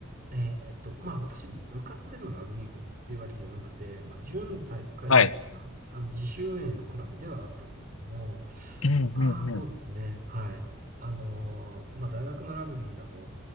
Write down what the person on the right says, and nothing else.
えっと、まあ私、部活でのラグビー部っていうわけじゃなくて、まあ準体育会みたいな、
あの、自主運営のクラブではあったんですけども、
まあそうですね、はい。あのーまあ大学のラグビーだと、